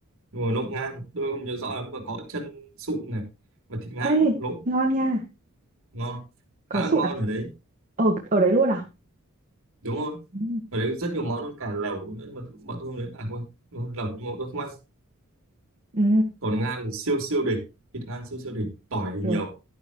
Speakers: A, on the right; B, on the right.
A: đúng rồi, lộn ngan tôi không nhớ rõ lắm mà có chân sụn này và thịt ngan
B: Ê,
A: nữa lộn
B: ngon nha.
A: ngon khá
B: Có sụn
A: ngon
B: à?
A: ở đấy
B: Ở ở đấy luôn à?
A: đúng không
B: Ừ.
A: ở đấy rất nhiều món cả lẩu nữa mà bọn tôi không đấy à quên đúng rồi, lẩu ngộ tôi không ăn
B: Ừ,
A: còn ngan thì siêu siêu đỉnh thịt ngan siêu siêu đỉnh tỏi thì
B: được,
A: nhiều